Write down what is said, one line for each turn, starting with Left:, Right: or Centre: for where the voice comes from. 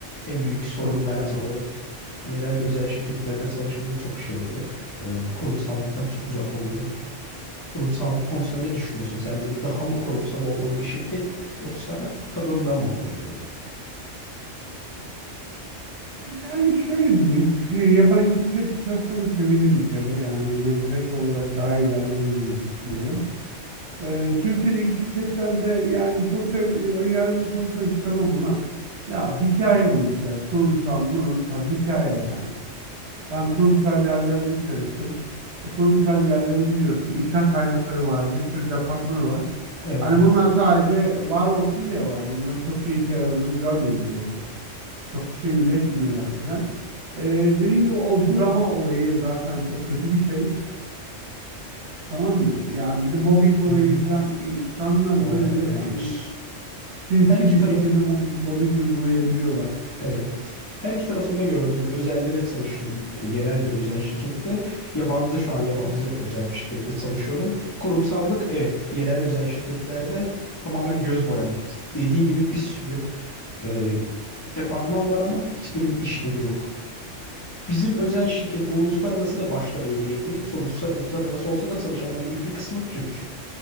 Left: En büyük sorun
Right: çok güzel.
Left: bence o. Yerel özel şirketlerde çalışınca çok şey oluyor. E, kurumsallıktan çok uzak oluyor. Kurumsallık konusunda ne düşünüyorsun? Sence daha mı kurumsal olmalı bir şirket yoksa tadında mı olmalı böyle?
Right: Yani şöyle diyeyim, e, yabancı şirkette çalışmana sevindim bir kere. Yani mentalite olarak daha ilerlediğini diye düşünüyorum. E, Türkiye'deki şirketlerde yani çok da e, önyargılı konuşmak istemem ama ya hikaye bu işler. Kurumsal, murumsal hikaye yani. Ben kurumsal yerlerde çalıştım. E, Kurumsal yerlerin biliyorsun insan kaynakları var, bir sürü departmanı var.
Left: Evet.
Right: Hani bunlar sadece var olsun diye var. Bunların çok da işe yaradığını görmedim yani. Çok bir şey üretmiyorlar filan. Ee, dediğim gibi o drama olayı zaten çok kötü bir şey. Tamam mı? Ya bir de mobbing olayı
Left: Hı hı.
Right: filan insanlar
Left: O
Right: böyle
Left: en kötüsü.
Right: hani sinsi
Left: Her iki
Right: bir
Left: taraf
Right: şekilde mob- mobbing uygulayabiliyorlar.
Left: Evet. Her iki tarafında gördüm. Özelde de çalıştım. Yerel bir özel şirkette. Yabancı şu an yabancı özel bir şirkette çalışıyorum. Kurumsallık evet. Yerel özel şirketlerde tamamen göz boyamak için. Dediğin gibi bir sürü e, departman var ama hiçbirinin işlevi yok. Bizim özel şirket bu uluslararası da başta öyleydi. Sonuçta uluslararası olsa da çalışanların büyük bir kısmı Türk.